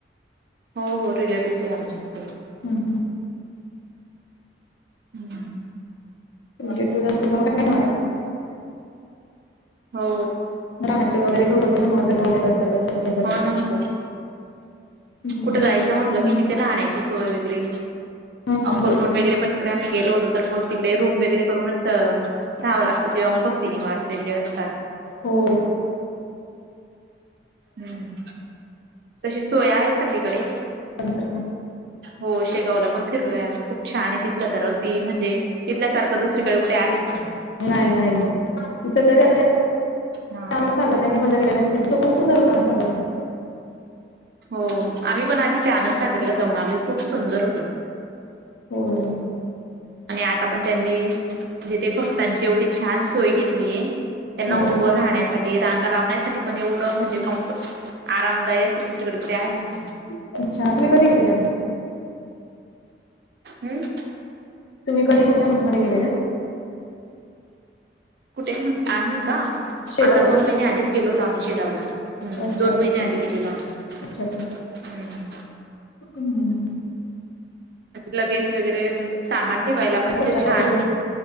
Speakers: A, on the right (about 55°); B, on the left (about 80°).
A: हो हो रिलेटिव्हस आहे आमची तिथे.
B: हम्म हम्म.
A: हम्म.
B: रिलेटिव्हस असले की मग काही नाही वाटत ओ.
A: हो.
B: राहाण्याची वगैरे सोय होते ना मग असं कुठे कसं कसं कसं
A: हो ना हो
B: हम्म
A: कुठे जायचं म्ह टल
B: हम्म
A: की तिथे राहण्याची सोय वगैरे,
B: हा
A: अक्कलकोट
B: तेच ना
A: वगैरे पण तिकडे आम्ही गेलो होत तर मग तिकडे रूम वैगेरे करूनच राहावं लागतं, किंवा भक्ती निवास वैगेरे असतात.
B: हो.
A: हम्म तशी सोय आहे सगळीकडे.
B: नाहीतर काय?
A: हो, शेगावला पण फिरलोय आम्ही खूप छान आहे. तिथलं तर अगदी म्हणजे तिथल्यासारखं दुसरीकडे कुठे आहेच नाही.
B: नाही नाही तिथ तरी आता त्या
A: हां.
B: आनंदसागर त्यांनी बंद केला, नाहीतर तिथं तो खूप सुंदर होतं आनंदसागर ओ.
A: हो आम्ही पण आधीच्या आनंदसागरला जाऊन आलोय. खूप सुंदर होत.
B: होय.
A: आणि आता पण त्यांनी म्हणजे ते भक्तांची एवढी छान सोय घेतलीये. त्यांना
B: हो
A: उभं राहण्यासाठी, रांगा लावण्यासाठी पण एवढं म्हणजे कमफ- आरामदायी असं दुसरीकडे कुठे आहेच नाही.
B: अच्छा! तुम्ही कधी गेलेल्या आणि?
A: हम्म?
B: तुम्ही कधी कोणत्या मंथमध्ये गेलेल्या?
A: कुठे म्हण आम्ही का?
B: शेगावला
A: आता दोन महिने आधीच गेलो होतो आम्ही शेगावला. हम्म
B: अच्छा!
A: दोन
B: अच्छा!
A: महिने आधी गेलेलो आम्ही
B: अच्छा!
A: हम्म
B: चुकंन म्हणून.
A: लगेज वगैरे. सामान ठेवायला
B: खूप
A: पण तिथं,
B: स्वच्छता
A: छान.
B: असते तिथे